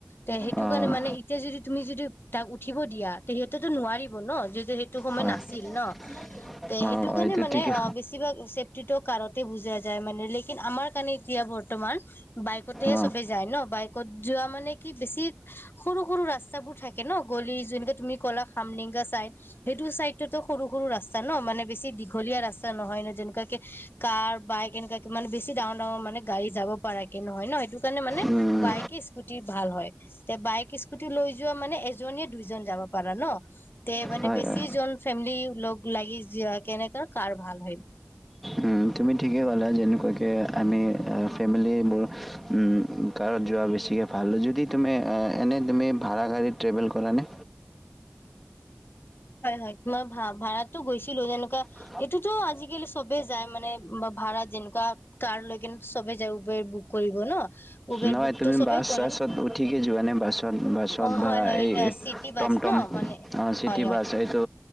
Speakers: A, on the left; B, in the centre.
A: তে সেইটো
B: অ'
A: কাৰণে মানে এতিয়া যদি তুমি যদি তাক উঠিব দিয়া তে সিহঁতেটো নোৱাৰিব ন যে সেইটো সময়
B: হয়
A: নাছিল ন?
B: <inaudible>
A: তে সেইটো কাৰণে
B: এইটো
A: মানে
B: ঠিকে
A: অ বেছি কিবা চেফটিটো কাৰতে বুজা যায় মানে। লেকিন আমাৰ কাৰণে এতিয়া বৰ্তমান বাইকতে
B: অ'
A: চবে যায় ন, বাইকত যোৱা মানে কি বেছি সৰু সৰু ৰাস্তাবোৰ থাকে ন গলি, যোনটো তুমি ক'লা খামডেংগা চাইদ সেইটো চাইডতো সৰু-সৰু ৰাস্তা ন মানে বেছি দীঘলীয়া ৰাস্তা নহয় ন যেনেকুৱাকে কাৰ বাইক এনেকুৱাকে মানে বেছি ডাঙৰ ডাঙৰ মানে গাড়ী যাব পাৰকে নহয় ন, সেইটো কাৰণে মানে
B: উম,
A: বাইকে স্কুটি ভাল হয়। তে বাইক স্কুটি লৈ যোৱা মানে এজনীয়ে দুইজন যাব পাৰা ন। তে মানে
B: হয়
A: বেছি
B: হয়
A: জন ফেমিলি লগ লাগি য কেনেকা কাৰ ভাল হয়।
B: উম, তুমি ঠিকেই ক'লা যেনেকুৱাকৈ আমি ফেমিলিবোৰ উম কাৰত যোৱা বেছিকৈ ভাল যদি তুমি এনেই তুমি ভাড়া গাড়ীত ট্ৰেভেল কৰা নে?
A: হয় হয় মই ভা ভাড়াতো গৈছিলো যেনেকুৱা
B: <unintelligible> <unintelligible>
A: এইটোতো আজিকালি চবে যায় মানে ভাড়া যেনেকুৱা কাৰ লৈ কিনে চবে যায় উবেৰ বুক কৰিব ন উবেৰ
B: নহয়
A: বুকতো
B: তুমি
A: চবে
B: বাছ
A: কৰে।
B: চাছত উঠিকে যোৱা নাই বাছত বাছত
A: অ
B: বা
A: হয় হয়
B: এই
A: চিটি
B: টম
A: বাছ
B: টম
A: ন মানে
B: অ চিটি
A: হয় হয়।
B: বাছ এই টো